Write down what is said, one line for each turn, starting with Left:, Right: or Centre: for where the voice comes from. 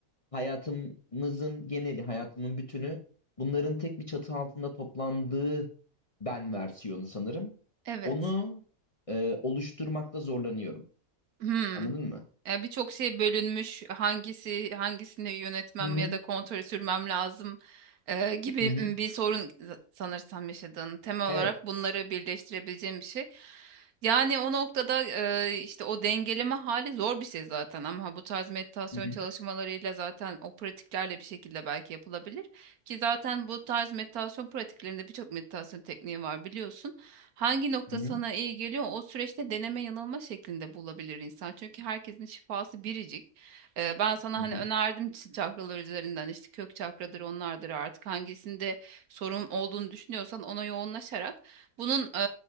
Left: hayatımızın geneli, hayatımın bütünü bunların tek bir çatı altında toplandığı ben versiyonu sanırım.
Right: Evet.
Left: Onu e, oluşturmakta zorlanıyorum.
Right: Hmm.
Left: Anladın mı?
Right: Ya birçok şey bölünmüş. Hangisi hangisini yönetmem
Left: Hı hı,
Right: ya da kontrol sürmem lazım e, gibi
Left: hı hı.
Right: m, bir sorun z- sanırsam yaşadığın. Temel
Left: Evet.
Right: olarak bunları birleştirebileceğim bir şey. Yani o noktada e, işte o dengeleme hali zor bir şey zaten ama bu tarz meditasyon
Left: Hı hı,
Right: çalışmalarıyla zaten o pratiklerle bir şekilde belki yapılabilir. Ki zaten bu tarz meditasyon pratiklerinde birçok meditasyon tekniği var biliyorsun. Hangi nokta
Left: hı hı,
Right: sana iyi geliyor o süreçte deneme yanılma şeklinde bulabilir insan. Çünkü herkesin şifası biricik. Ee, ben sana
Left: hı
Right: hani
Left: hı.
Right: önerdim ç- çakralar üzerinden işte kök çakradır onlardır artık hangisinde sorun olduğunu düşünüyorsan ona yoğunlaşarak bunun e,